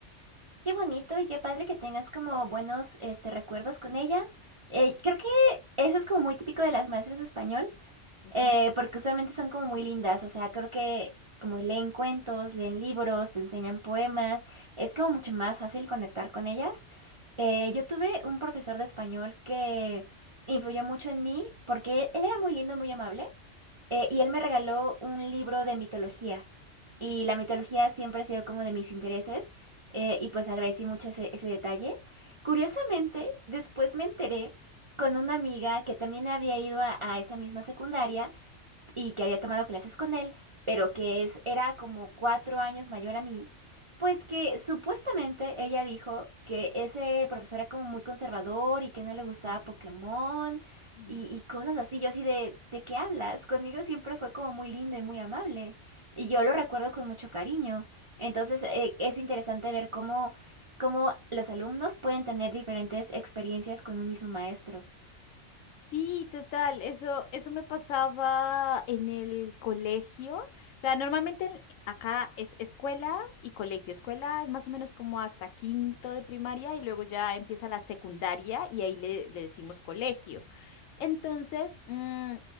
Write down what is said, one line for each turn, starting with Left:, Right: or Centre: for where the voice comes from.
Right: Qué bonito y qué padre que tengas como buenos este, recuerdos con ella. Eh, creo que eso es como muy típico de las maestras de español,
Left: Ujú.
Right: Eh, porque usualmente son como muy lindas, o sea, creo que como leen cuentos, leen libros, te enseñan poemas, es como mucho más fácil conectar con ellas. Eh, yo tuve un profesor de español que influyó mucho en mí porque él era muy lindo, muy amable, eh, y él me regaló un libro de mitología. Y la mitología siempre ha sido como de mis intereses, eh, y pues agradecí mucho ese, ese detalle. Curiosamente, después me enteré con una amiga que también había ido a a esa misma secundaria y que había tomado clases con él, pero que es, era como cuatro años mayor a mí, pues que supuestamente ella dijo que ese profesor era como muy conservador y que no le gustaba
Left: Mm,
Right: Pokémon
Left: mm.
Right: y, y cosas así. Yo así de, ¿de qué hablas? Conmigo siempre fue como muy lindo y muy amable. Y yo lo recuerdo con mucho cariño. Entonces, eh, es interesante ver cómo, cómo los alumnos pueden tener diferentes experiencias con un mismo maestro.
Left: Sí, total, eso, eso me pasaba en el colegio. O sea, normalmente en- acá es escuela y colegio. Escuela es más o menos como hasta quinto de primaria y luego ya empieza la secundaria y ahí le, le decimos colegio. Entonces, mm,